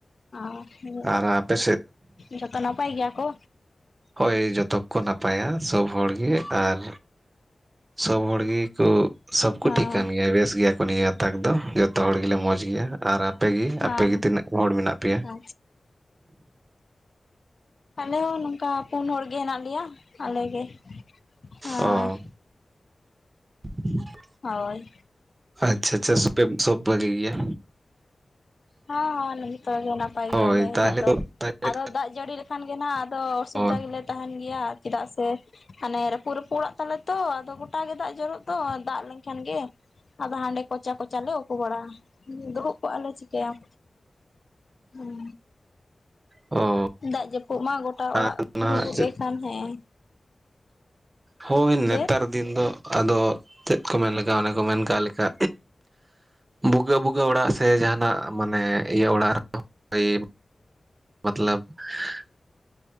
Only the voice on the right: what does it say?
ᱟᱨ ᱟᱯᱮ
ᱦᱚᱭ ᱡᱚᱛᱚ ᱠᱚ ᱱᱟᱯᱟᱭᱟ ᱥᱚᱵ ᱦᱚᱲ ᱜᱮ ᱟᱨ ᱥᱚᱵ ᱦᱚᱲ ᱜᱮᱠᱚ ᱥᱚᱵ ᱠᱚ
ᱴᱷᱤᱠ ᱠᱟᱱ ᱜᱮᱭᱟ ᱵᱮᱥ ᱜᱮᱭᱟ ᱠᱚ ᱱᱤᱭᱟᱹ ᱛᱟᱠ ᱫᱚ ᱡᱚᱛᱚ ᱦᱚᱲ ᱜᱮᱞᱮ ᱢᱚᱸᱡᱽ ᱜᱮᱭᱟ᱾ ᱟᱨ ᱟᱯᱮ ᱜᱮ
ᱟᱯᱮ ᱜᱮ ᱛᱤᱱᱟᱹᱜ ᱦᱚᱲ ᱢᱮᱱᱟᱜ ᱯᱮᱭᱟ?
ᱚ <unintelligible>
ᱟᱪᱪᱷᱟ ᱟᱪᱪᱷᱟ <unintelligible> ᱥᱚᱵ ᱵᱷᱟᱜᱤ ᱜᱮᱭᱟ᱾
ᱦᱳᱭ
ᱛᱟᱦᱚᱞᱮ
ᱛᱟᱦᱚᱞᱮ
ᱚ
ᱚ
ᱟᱨ
ᱱᱟᱦᱟᱜ
ᱦᱳᱭ ᱱᱮᱛᱟᱨ
ᱫᱤᱱ ᱫᱚ ᱟᱫᱚ ᱪᱮᱫ ᱠᱚ ᱢᱮᱱ ᱞᱮᱠᱟ ᱚᱱᱮ ᱠᱚ ᱢᱮᱱ ᱠᱟᱜ ᱞᱮᱠᱟ ᱵᱩᱜᱟᱹᱜᱼ ᱵᱩᱜᱟᱹᱜ ᱚᱲᱟᱜ ᱥᱮ ᱡᱟᱦᱟᱱᱟᱜ ᱢᱟᱱᱮ ᱤᱭᱟᱹ ᱚᱲᱟᱜ ᱨᱮᱦᱚᱸ ᱢᱚᱛᱞᱚᱵ <unintelligible>